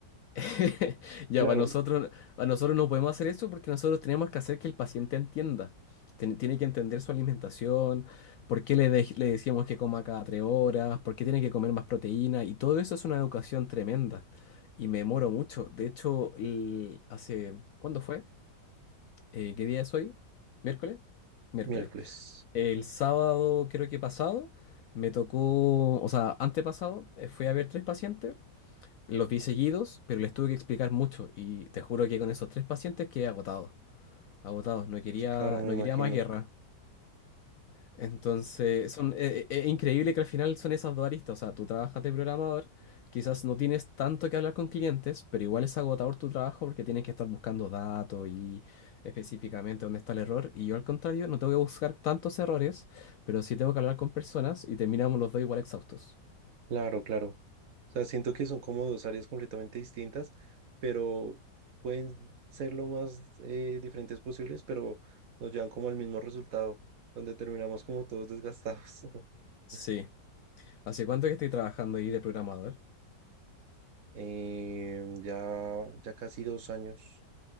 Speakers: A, on the left; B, on the right.
A: <laughs> Ya,
B: Claro,
A: para nosotros, a nosotros no podemos hacer eso porque nosotros tenemos que hacer que el paciente entienda. Tiene, tiene que entender su alimentación, por qué le, dej- le decíamos que coma cada tres horas, por qué tiene que comer más proteína, y todo eso es una educación tremenda. Y me demoro mucho. De hecho, el- hace, ¿cuándo fue? Eh, ¿qué día es hoy? ¿Miércoles? Miércoles.
B: Miércoles.
A: El sábado, creo que pasado, me tocó, o sea, antepasado, eh, fui a ver tres pacientes. Los vi seguidos, pero les tuve que explicar mucho y te juro que con esos tres pacientes quedé agotado, agotado, no quería,
B: Claro, me
A: no
B: imagino.
A: quería más guerra. Entonces, son, eh, eh, es increíble que al final son esas dos aristas, o sea, tú trabajas de programador, quizás no tienes tanto que hablar con clientes, pero igual es agotador tu trabajo porque tienes que estar buscando datos y específicamente dónde está el error, y yo al contrario, no tengo que buscar tantos errores, pero sí tengo que hablar con personas y terminamos los dos igual exhaustos.
B: Claro, claro. O sea, siento que son como dos áreas completamente distintas, pero pueden ser lo más eh, diferentes posibles, pero nos llevan como al mismo resultado, donde terminamos como todos desgastados.
A: Sí.
B: <laughs>
A: ¿Hace cuánto que estoy trabajando ahí de programador?
B: Eh, ya, ya casi dos años.